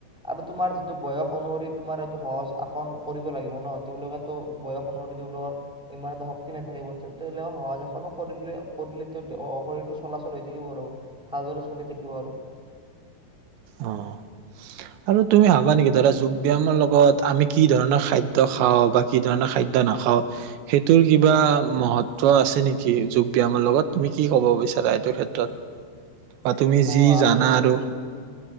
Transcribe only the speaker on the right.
অ' আৰু তুমি ভাবা নেকি, ধৰা যোগ-ব্যায়ামৰ লগত আমি কি ধৰণৰ খাদ্য খাওঁ বা কি ধৰণৰ খাদ্য নাখাওঁ সেইটোৰ কিবা মহত্ব আছে নেকি যোগ-ব্যায়ামৰ লগত? তুমি কি ক'ব বিচাৰা এইটো ক্ষেত্ৰত? বা তুমি
যি
জানা আৰু।